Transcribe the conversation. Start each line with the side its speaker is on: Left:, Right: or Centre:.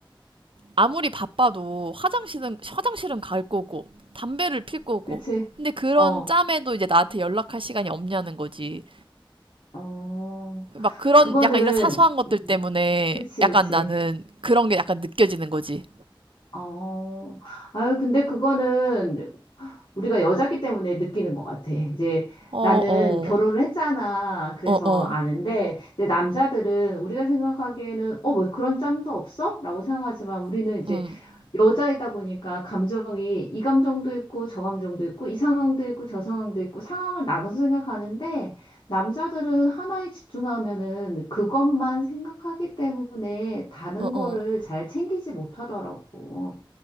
Right: 아무리 바빠도 화장실은 화장실은 갈 거고 담배를 필 거고
Left: 그치.
Right: 근데 그런
Left: 어,
Right: 짬에도 이제 나한테 연락할 시간이 없냐는 거지
Left: 어,
Right: 막 그런
Left: 그거는,
Right: 약간 이런 사소한 것들
Left: 음,
Right: 때문에
Left: 그치,
Right: 약간
Left: 그치.
Right: 나는 그런 게 약간 느껴지는 거지
Left: 어, 아유, 근데 그거는 우리가 여자기 때문에 느끼는 것 같아. 이제
Right: 어
Left: 나는
Right: 어
Left: 결혼을 했잖아. 그래서
Right: 어 어
Left: 아는데, 이제 남자들은 우리가 생각하기에는, 어, 왜 그런 짬도 없어? 라고 생각하지만 우리는 이제
Right: 음
Left: 여자이다 보니까 감정이 이 감정도 있고 저 감정도 있고 이 상황도 있고 저 상황도 있고 상황을 나눠서 생각하는데 남자들은 하나에 집중하면은 그것만 생각하기 때문에 다른
Right: 어
Left: 거를
Right: 어
Left: 잘 챙기지 못하더라고.